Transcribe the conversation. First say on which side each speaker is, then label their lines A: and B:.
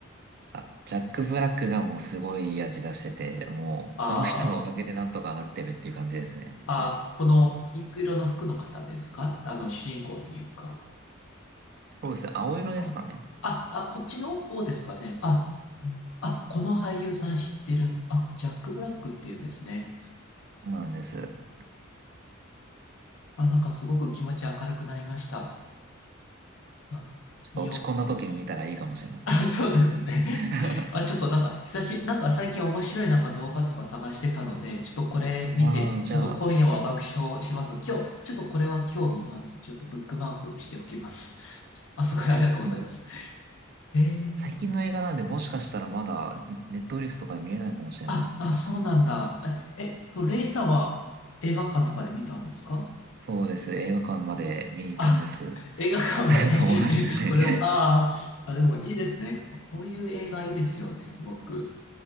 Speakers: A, on the right; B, on the left.
A: あ、ジャック・ブラックがもうすごいいい味出してて、もう、
B: あ
A: この人のおかげでなんとかなってるっていう感じですね。
B: ーあ、
A: もう
B: このピンク色の服の方ですかあの、主人公というか。
A: そうですね。青色ですかね。
B: あ、あ、あ、こっちの方ですかね。あ、あ、この俳優さん知ってる。あ、ジャック・ブラックっていうんですね。
A: そうなんです。
B: あ、なんかすごく気持ち明るくなりました。まあ、
A: ちょっと落ち込んだ時に見たらいいかもしれません。
B: 見よう。<laughs> あ、そうですね。
A: <laughs>
B: <laughs> あ、ちょっとなんか、久し、なんか最近面白いなんか動画とか探してたので、ちょっとこれ見て、
A: まあ、じゃあ、
B: ちょっと今夜は爆笑します。今日、ちょっとこれは今日見ます。ちょっとブックマークしておきます。<laughs> あ、すごいありがとうございます。
A: 最近、
B: えー、
A: 最近の映画なんで、もしかしたらまだ、ネットフリックスとかで見れないかもしれないですね。
B: あ、あ、そうなんだ。え、えっと、レイさんは映画館とかで見たんですか
A: そうです。映画館まで見に行ったんです。
B: あ、映画館まで
A: <laughs> 友達と一緒に。
B: <laughs> これを、ああ、あ、でもいいですね。こういう映画いいですよね、すごく。